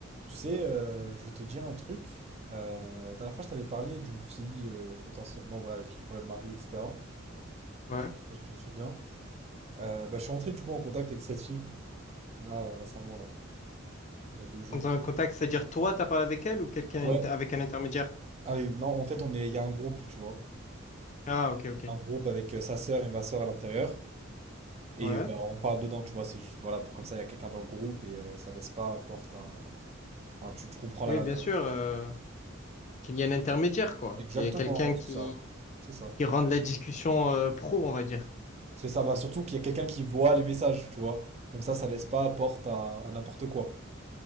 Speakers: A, on the right; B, on the left.
A: Tu sais, euh, je voulais te dire un truc. Euh, la dernière fois, je t'avais parlé d'une fille euh, potentiellement voilà, avec qui je pourrais me marier, etc.
B: Ouais.
A: Si tu te souviens. Euh, bah, je suis rentré du coup en contact avec cette fille, là, euh, récemment, là. Il y a deux jours
B: Dans
A: de
B: un
A: ça.
B: contact, c'est-à-dire toi, t'as parlé avec elle ou quelqu'un
A: Ouais,
B: inter- avec un intermédiaire?
A: ah oui, non, en fait, on est... il y a un groupe, tu vois.
B: Ah, ok, ok.
A: Un groupe avec euh, sa sœur et ma sœur à l'intérieur. Et
B: Ouais.
A: euh, bah, on parle dedans, tu vois. C'est juste, voilà, pour comme ça, il y a quelqu'un dans le groupe et euh, ça laisse pas porte à. Enfin, tu, tu comprends
B: Oui,
A: la.
B: bien
A: la-
B: sûr, euh, qu'il y ait un intermédiaire, quoi.
A: Exactement,
B: Qu'il y ait quelqu'un
A: ouais,
B: qui,
A: c'est ça. C'est ça.
B: qui rende la discussion euh, pro, on va dire.
A: C'est ça, bah surtout qu'il y a quelqu'un qui voit les messages, tu vois. Comme ça, ça laisse pas porte à, à n'importe quoi.